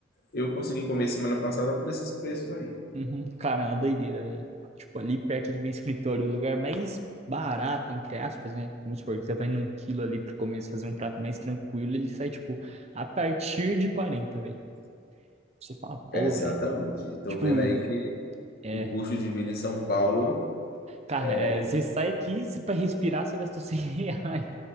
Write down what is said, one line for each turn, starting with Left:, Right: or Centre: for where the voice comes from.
Left: Eu consegui comer semana passada por esses preços aí.
Right: Uhum. Cara, é uma doideira, velho. Tipo, ali perto do meu escritório, o lugar mais barato, entre aspas, né? Vamos supor que você vai num quilo ali pro começo fazer um prato mais tranquilo, ele sai, tipo, a partir de 40 velho. Você fala, pô,
Left: Exatamente.
Right: velho.
Left: Estou
Right: Tipo,
Left: vendo aí
Right: é.
Left: o custo de vida em São Paulo
Right: Cara,
Left: é
Right: é, você sai aqui, se pra respirar, você gastou <laughs> 100 reais.